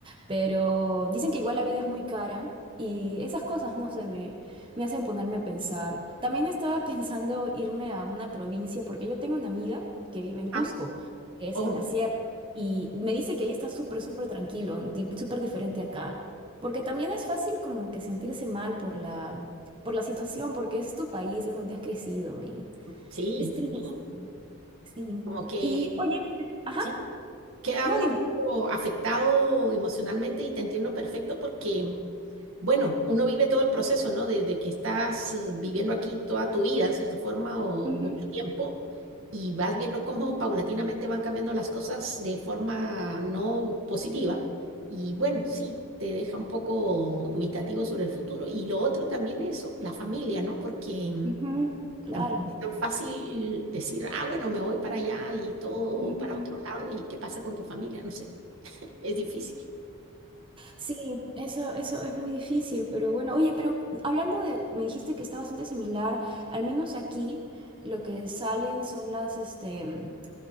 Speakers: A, on the right; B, on the right.
A: Pero dicen que igual la vida es muy cara y esas cosas, no sé, me hacen ponerme a pensar. También estaba <laughs> pensando irme a una provincia porque yo tengo una amiga que vive en Cusco,
B: Ah,
A: que es
B: oh,
A: en la sierra, y me dice que ahí está súper, súper tranquilo, di- súper diferente acá. Porque también es fácil como que sentirse mal por la, por la situación, porque es tu país, es donde has crecido y
B: sí,
A: es triste.
B: sí,
A: Sí.
B: como que
A: Y, oye, pe- ajá,
B: sí, queda
A: no,
B: uno
A: dime.
B: un poco afectado emocionalmente y te entiendo perfecto porque Bueno, uno vive todo el proceso, ¿no? Desde que estás eh, viviendo aquí toda tu vida, en cierta forma, o
A: Ujú,
B: mucho tiempo, y vas viendo cómo paulatinamente van cambiando las cosas de forma no positiva. Y bueno, sí, te deja un poco dubitativo sobre el futuro. Y lo otro también es o- la familia, ¿no? Porque mm,
A: ujú, Claro.
B: tampoco es tan fácil decir, ah, bueno, me voy para allá y todo
A: ujú.
B: para otro lado, y qué pasa con tu familia, no sé, <laughs> es difícil.
A: Sí, eso, eso es muy difícil, pero bueno, oye, pero hablando de, me dijiste que está bastante similar, al menos aquí lo que salen son las este, mm,